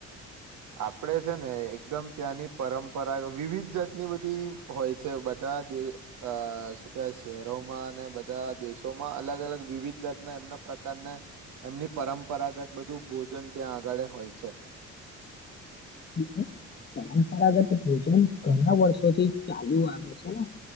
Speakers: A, on the right; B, on the left.
A: આપડે છે ને એકદમ ત્યાંની પરંપરા વિવિધ જાતની બધી હોય છે બટ બધા દ અ શું કે શહેરોમાં અને બધા દેશોમાં અલગ અલગ વિવિધ જાતના એમના પ્રકારને એમની પરંપરાગત બધું ભોજન ત્યાં આગળ હોય છે.
B: <inaudible> પરંપરાગત ભોજન ઘણા વર્ષોથી ચાલુ આવે છે ને.